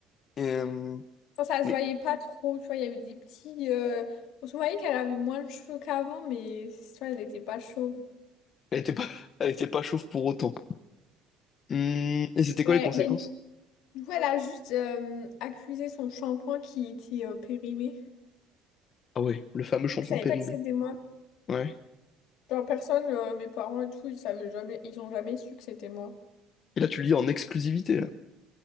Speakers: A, on the left (about 40°); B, on the left (about 70°).
A: euh,
B: Enfin, ça se
A: mais
B: voyait pas trop, tu vois, il y avait des petits. euh, On se voyait qu'elle avait moins de cheveux qu'avant, mais tu vois, elle n'était pas chauve.
A: elle était pas, elle était pas chauve pour autant. Hmm, et c'était quoi
B: Ouais,
A: les conséquences?
B: mais Voilà, juste euh, accuser son shampoing qui était euh, périmé.
A: Ah ouais, le fameux shampoing
B: Je savais
A: périmé.
B: pas que c'était moi.
A: Ouais.
B: Genre, personne, euh, mes parents et tout, ils savaient jamais, ils ont jamais su que c'était moi.
A: Et là, tu le lis en exclusivité, là.